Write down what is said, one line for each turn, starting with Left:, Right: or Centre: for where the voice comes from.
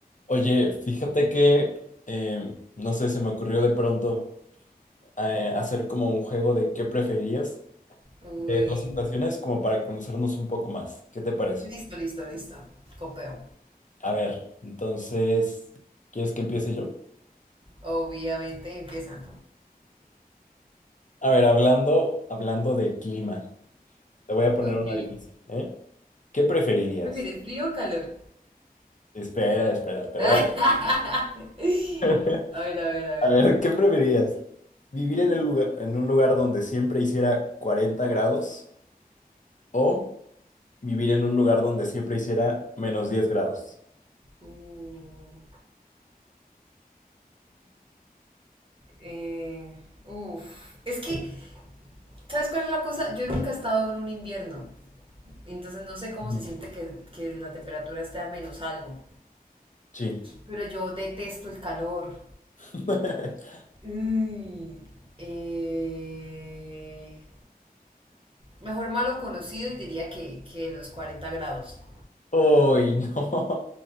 Left: Oye, fíjate que, eh, no sé, se me ocurrió de pronto eh, hacer como un juego de qué preferirías
Right: Uy.
Left: de dos situaciones como para conocernos un poco más. ¿Qué te parece?
Right: Listo, listo, listo. Copeo.
Left: A ver, entonces, ¿quieres que empiece yo?
Right: Obviamente empieza.
Left: A ver, hablando, hablando de clima, te voy a poner
Right: Ok.
Left: una
Right: ¿Qué
Left: difícil, ¿eh? ¿Qué preferirías?
Right: ¿Prefieres frío o calor?
Left: Espera, espera,
Right: <laughs>
Left: te voy a...
Right: A
Left: <laughs>
Right: ver, a ver, a ver.
Left: A ver, ¿qué preferirías? ¿Vivir en el lugar, en un lugar donde siempre hiciera 40 grados o vivir en un lugar donde siempre hiciera menos diez grados.
Right: Uh, eh, uf. Es que, ¿sabes cuál es la cosa? Yo nunca he estado en un invierno. Entonces no sé cómo
Left: Mm,
Right: se siente que, que la temperatura esté a menos algo.
Left: Sí.
Right: Pero yo detesto el calor.
Left: <laughs>
Right: Uy. Eh, Mejor malo conocido y diría que, que los 40 grados.
Left: Uy, no.